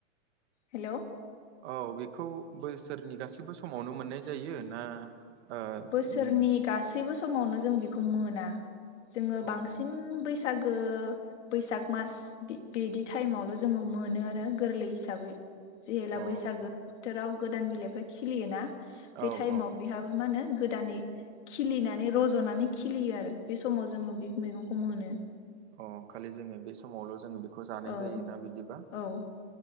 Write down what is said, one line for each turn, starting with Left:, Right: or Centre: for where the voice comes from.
Left: हेल'
Right: औ बेखौ बोसोरनि गासैबो समावनो मोननाय जायो ना? ओ
Left: बोसोरनि
Right: उम
Left: गासैबो समावनो जों बेखौ मोना। जोङो बांसिन
Right: अ
Left: बैस सागो बैसाग मास बि-बिदि टाइमावल' जोङो मोनो आरो गोरलै हिसाबै जेला
Right: अ
Left: बैसागो बोथोराव गोदान बिलाइफ्रा खिलियो ना। बे
Right: औ
Left: टाइमाव
Right: औ
Left: बेहाबो मा होनो गोदानै खिलिनानै रज'नानै खिलियो आरो बे समाव जोङो बे मैगंखौ मोनो।
Right: अ खालि जोङो बे समावल' जोङो बे खो जानाय
Left: औ
Right: जायोना बिदिबा
Left: औ